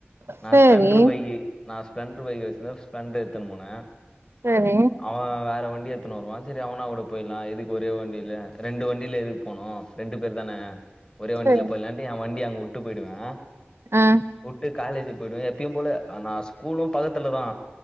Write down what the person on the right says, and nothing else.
சேரி
சரி
சரி
அ